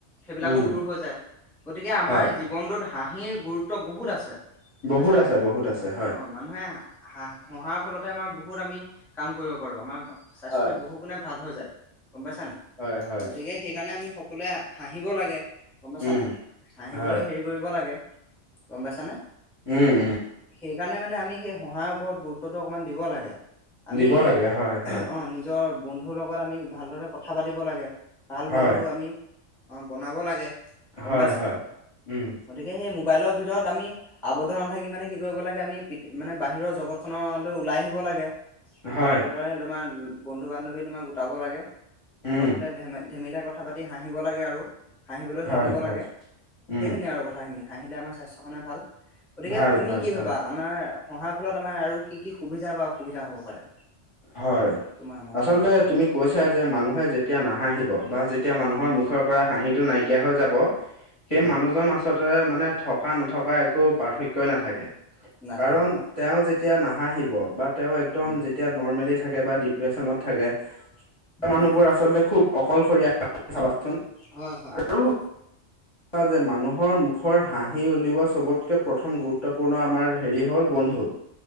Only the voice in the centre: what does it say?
সেইবিলাকো
দূৰ হৈ যায়, গতিকে আমাৰ
জীৱনটোত হাঁহিৰ গুৰুত্ব বহুত আছে। গম
পাইছা
নাই
অ'। মানুহে হাঁহ হঁহাৰ ফলতে আমাৰ বহুত আমি কাম কৰিব পাৰো আমাৰ স্বাস্থ্যটো
বহু গুণে ভাল হৈ যায়, গম পাইছা নাই
গতিকে সেইকাৰণে আমি সকলোৱে হাঁহিব লাগে। গম পাইছা
নাই, হাঁহিবলৈ
হেৰি কৰিব লাগে গম পাইছানে।
সেইকাৰণে মানে আমি সেই হঁহাৰ ওপৰত গুৰুত্বতো অকণমান দিব লাগে। আমি
অ, নিজৰ ব ন্ধুৰ লগত আমি ভালদৰে কথা পাতিব লাগে, ভাল
বন্ধু আমি বনাব লাগে। গম
পাইছা
গতিকে সেই মোবাইলৰ ভিতৰত আমি আৱদ্ধ নাথাকি মানে কি কৰিব লাগে আমি পি মানে বাহিৰৰ জগতখনলৈ ওলাই আহিব লাগে। ভালদৰে
তোমাৰ বন্ধু - বান্ধৱী তোমাক গোটাব লাগে। সিহঁতৰ
সতে ধে-ধেমেলীয়া কথা পাতি হাঁহিব লাগে আৰু। হাঁহিবলৈ
শিকিব
লাগে।
সেইখিনি আৰু কথাখিনি, হাঁহিলে আমাৰ স্বাস্থ্যৰ কাৰণে ভাল। গতিকে
তুমি
কি
ভাবা আমাৰ হঁহাৰ ফলত আমাৰ আৰু কি, কি সুবিধা বা অসুবিধা হব পাৰে?
তোমাৰ মতে
হয়
উম
উম
নাথাকে
অ
উম
উম
হয়
<inaudible>